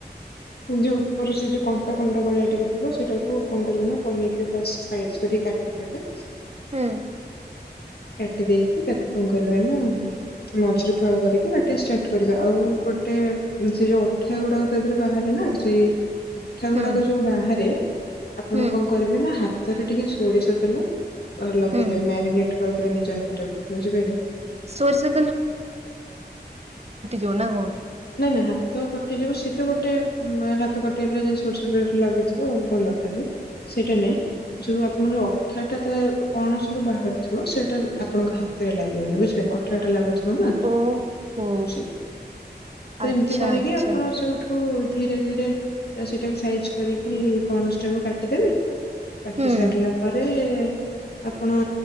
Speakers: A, on the left (about 65°); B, on the right (about 35°).
A: ଯୋଉ ଉପର ସେ ଯୋଉ କଣ୍ଟା କଣ୍ଟା ଗଳିଆ ଟିକେ ଥିବ ସେଇଟାକୁ କଣ କରିବେ ନା ପନୀକିରେ ଫାଷ୍ଟ ସାଇଜ ଛୁରୀ କାଟି ଦେବେ।
B: ହୁଁ।
A: କାଟି ଦେଇେଇକି ତାକୁ କଣ କରିବେନା ମଝିରୁ ଫାଳ କରିକି କାଟିଵା ଷ୍ଟାର୍ଟ କରିବା। ଆଉ ଗୋଟେ ସେ ଯୋଉ ଅଠିଆ ଗୁଡାକ ତା ଦେହରେ ବାହାରେ ନା ସେଇ ଅଠା
B: ହୁଁ
A: ଗୁଡାକ ଯୋଉ ବାହାରେ ଆପଣ
B: ହୁଁ।
A: କଣ କରିବେ ନା ହା ତରେ ଟିକେ ସୋରିଷ ତେଲ ଘରେ ଲଗେଇଦେବେ
B: ହୁଁ
A: ମ୍ୟାରିନେଟ କରିଦେବେ ନିଜ ହାତ ଟାକୁ ବୁଝିପାରିଲେ।
B: ସୋରିଷ ଯୋ ନା କଣ।
A: ନାଇଁ ନାଇଁ ହାତ କଟିଯିବ ସେତ ଗୋଟେ ହାତ କଟିଗଲେ ସୋରିଷ ନେଟ ଲାଗିଥିବ ଭଲ ତାହେଲେ। ସେଇଟା ନାଇଁ ଯୋଉ ଆପଣ ଯୋଉ ଅଠାଟାଟା ପଣସରୁ ବାହାରିଥିବ ସେଇଟା ଆପଣ ହାତରେ ଲାଗିବନି ବୁଝିଲେ ଅଠାଅଠା ଲାଗୁ ହଁ ନା
B: ଓହୋ
A: ସେ ତ
B: ଆଚ୍ଛା
A: ଏମିତି କରିକି
B: ଆଚ୍ଛା।
A: ଆପଣ ସେଉଠୁ ଧୀରେ ଧୀରେ ସେଟାକୁ ସାଇଜ କରିକି ପଣସଟାକୁ କାଟିଦେବେ। କାଟି
B: ହୁଁ
A: ସାରିଲା ପରେ ଆପଣ